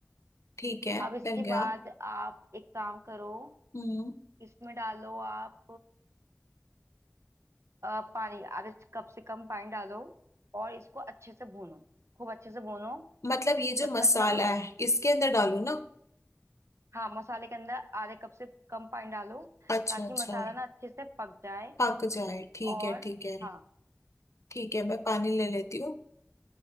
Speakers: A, on the left; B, on the right.
A: ठीक है
B: अब इसके
A: डल गया
B: बाद आप एक काम करो
A: हम्म
B: इसमें डालो आप अ, पानी आधे कप से कम पानी डालो और इसको अच्छे से भूनो खूब अच्छे से भूनो
A: मतलब ये जो
B: जब
A: मसाला
B: तक ना
A: है इसके अंदर डालू ना
B: हाँ मसाले के अंदर आधे कप से कम पानी डालो
A: अच्छा
B: ताकि
A: अच्छा
B: मसाला ना अच्छे से पक जाए
A: पक जाए ठीक
B: और
A: है ठीक है
B: हाँ
A: ठीक है मैं पानी ले लेती हूँ